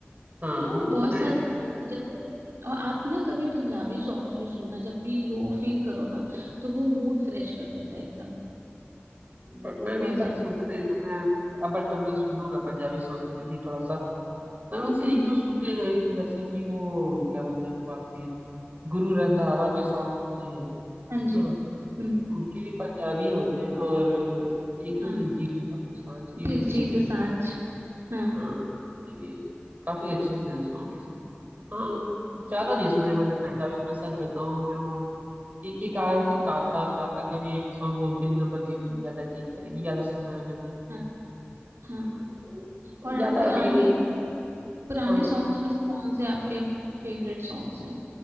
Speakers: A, on the right (about 40°); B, on the right (about 80°).
A: हाँ वो
B: बहुत
A: बनाया
B: सारे
A: जा सकता है
B: जैसे और आप ना कभी पंजाबी सॉन्ग्स भी सुनना जब भी लो फील करो ना तो वो मूड फ्रेश कर देता है एकदम
A: बट मैं
B: बहुत
A: भी तक
B: ज्यादा
A: सुनता नहीं था मैं अब बट मैं सुनूंगा पंजाबी सॉन्ग पे भी थोड़ा सा मैं वैसे
B: हम्म
A: एक दो सुने हैं कि जैसे कि वो क्या बोलते हैं वो आपके गुरु रंधावा के सॉन्ग सुने हैं है
B: हाँ जी
A: ना
B: हम्म
A: उनके भी पंजाबी होते हैं और एक दो
B: हाँ
A: दिलजीत दोसांझ के भी
B: दिलजीत
A: देखे
B: दोसांझ
A: हैं।
B: हाँ
A: हाँ उनके भी काफी अच्छे थे वो सॉन्ग हाँ ज्यादा नहीं सुने मैंने पंजाबी में सच बताऊं जो एक एक आए थे काका काका का भी एक सॉन्ग वो बिल्लो बग्गी बिल्लिया दा की करेंगी वाला सुना है मैंने
B: हाँ हाँ
A: हाँ, तो
B: और
A: ज्यादा
B: आप पुराने
A: अभी
B: पुराने
A: हाँ हाँ,
B: सॉन्ग्स में से कौन से आपके फेवरेट सॉन्ग्स हैं